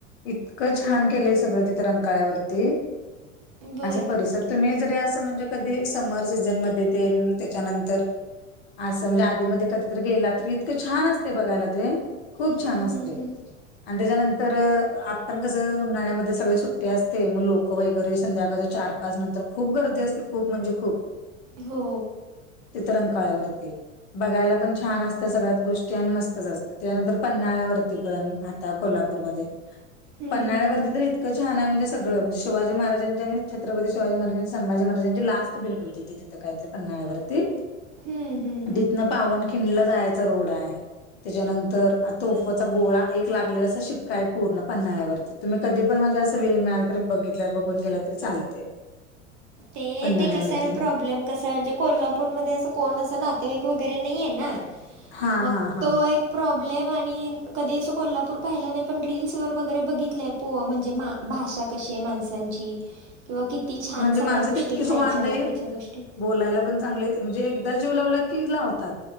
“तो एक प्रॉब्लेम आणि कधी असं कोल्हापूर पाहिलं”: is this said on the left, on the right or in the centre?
Right